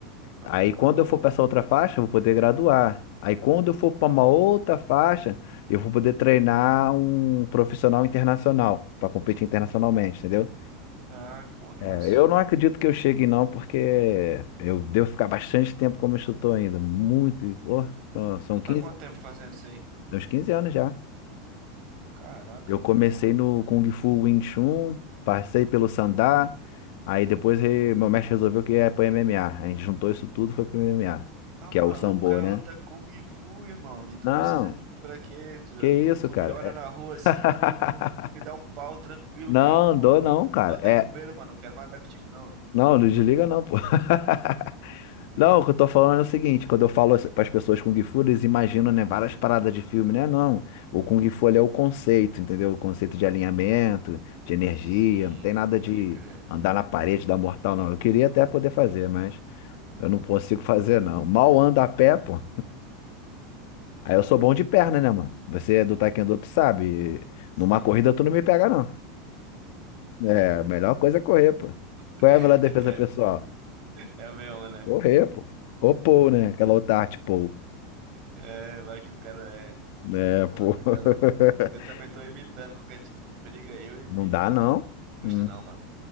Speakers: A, on the right; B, on the left.
A: Ah,
B: Aí quando eu for para essa outra faixa, eu vou poder graduar. Aí quando eu for para uma outra faixa, eu vou poder treinar um profissional internacional para competir internacionalmente, entendeu?
A: ah, pô, que
B: É,
A: massa.
B: Eu não acredito que eu chegue não, porque eu devo ficar bastante tempo como instrutor ainda, muito, pô, são são
A: Tu
B: 15
A: tá quanto tempo fazendo isso aí?
B: uns 15 anos já.
A: Caraca,
B: Eu
A: mano,
B: comecei
A: não.
B: no Kung Fu Wing Chun, passei pelo Sandá, aí depois re- meu mestre resolveu que ia pro MMA. A A gente juntou isso tudo e foi pro MMA,
A: Tá
B: que
A: maluco,
B: é o Sambo,
A: o cara
B: né?
A: luta Kung Fu, irmão. E tu
B: Não,
A: precisa de mim pra quê? Tu,
B: que isso,
A: tu, tu
B: cara.
A: me olha
B: É-
A: na rua
B: <laughs>
A: assim, e tu, tu, tu me dá um pau tranquilo,
B: Não,
A: cara. Tá maluco?
B: dou não, cara.
A: Tô até
B: É,
A: com medo, mano. Não quero mais andar contigo, não, velho.
B: não, não desliga não, pô. <laughs> Não, o que eu tô falando é o seguinte, quando eu falo para as pessoas Kung Fu, eles imaginam, né, várias paradas de filme, né? Não, o Kung Fu ele é o conceito, entendeu? O conceito de alinhamento, de energia,
A: Sim,
B: não tem nada
A: pode
B: de
A: crer.
B: andar na parede, dar mortal, não. Eu queria até poder fazer, mas eu não consigo fazer, não. Mal ando a pé, pô. Aí eu sou bom de perna, né, mano? Você é do Taekwondo, tu sabe.
A: Sim.
B: Numa corrida tu não me pega, não. É, a melhor coisa é correr, pô.
A: <laughs>
B: Qual é a melhor defesa pessoal?
A: É mesmo, né?
B: Correr, pô. Ou pole, né? Aquela outra arte pole.
A: É, vai que o cara é, então.
B: É,
A: Tem que tomar
B: pô.
A: cuidado
B: <laughs>
A: com. Eu também tô evitando qualquer tipo de briga aí, eu evito,
B: Não dá,
A: tá
B: não.
A: maluco? Não gosto
B: Hum.
A: não, mano.